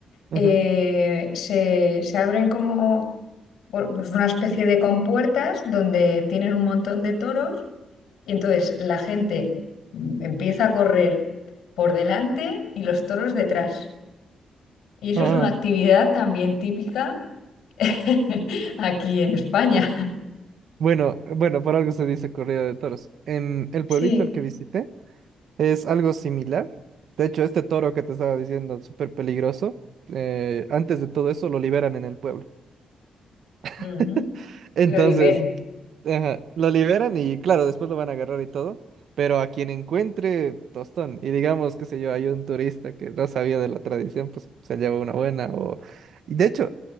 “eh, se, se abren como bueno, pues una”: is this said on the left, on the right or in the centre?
Left